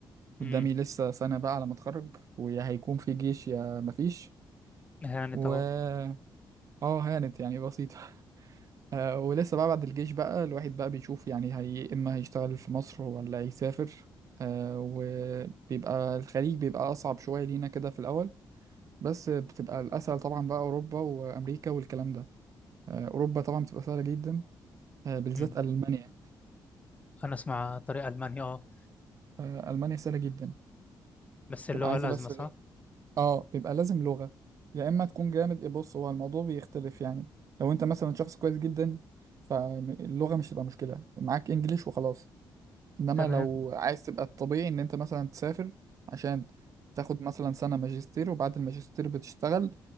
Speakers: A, on the right; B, on the left.
A: قدامي
B: امم
A: لسه سنة بقى على ما اتخرج ويا هيكون في جيش يا مفيش
B: هانت
A: و
B: أهو
A: اه هانت يعني بسيطة <laughs> آه ولسه بقى بعد الجيش بقى الواحد بقى بيشوف يعني هي اما هيشتغل في مصر ولا يسافر آه وبيبقى الخليج بيبقى أصعب شوية لينا كده في الأول بس بتبقى الأسهل طبعا بقى أوروبا وأمريكا والكلام ده آه أوروبا طبعا بتبقى سهلة جدا آه بالذات
B: مم.
A: ألمانيا
B: أنا أسمع طريق ألمانيا اه
A: آه ألمانيا سهلة جدا
B: بس اللغة
A: بتبقى عايزة
B: الأزمة
A: بس
B: صح؟
A: اه بيبقى لازم لغة يا اما تكون جامد إيه، بص هو الموضوع بيختلف يعني لو انت مثلا شخص كويس جدا فاللغة مش هتبقى مشكلة معاك انجليش وخلاص انما
B: تمام
A: لو عايز تبقى الطبيعي ان انت مثلا تسافر عشان تاخد مثلا سنة ماجستير وبعد الماجستير بتشتغل